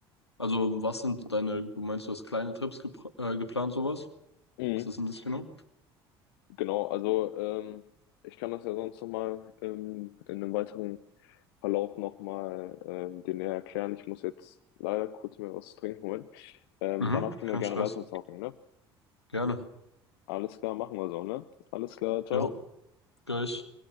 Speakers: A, on the left; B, on the left.
A: Also, was sind deine, du meinst, du hast kleine Trips gepr- äh, geplant, sowas?
B: Mhm.
A: Was ist denn das genau?
B: Genau, also ähm, ich kann das ja sonst nochmal ähm, in einem weiteren Verlauf nochmal ähm, dir näher erklären. Ich muss jetzt leider kurz mir was zu trinken holen. Ähm,
A: Mhm,
B: danach können
A: kein
B: wir gerne
A: Stress.
B: weiterzocken, ne?
A: Gerne.
B: Alles klar, machen wir so, ne? Alles klar, ciao.
A: Jo, gleich.